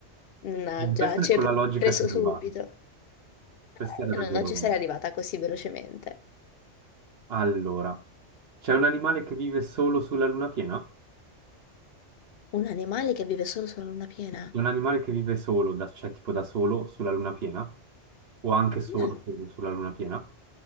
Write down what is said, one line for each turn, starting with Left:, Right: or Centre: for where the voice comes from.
Left: Mannaggia,
Right: in questa
Left: ci
Right: con
Left: hai
Right: la logica
Left: preso
Right: ci arrivavi.
Left: subito. Eh,
Right: Questa era
Left: Io
Right: davvero...
Left: non, non ci sarei arrivata così velocemente.
Right: Allora, c'è un animale che vive solo sulla luna piena?
Left: Un animale che vive solo sulla luna piena?
Right: un animale che vive solo, da- cioè tipo da solo sulla luna piena? O anche solo
Left: No,
Right: su- sulla luna piena?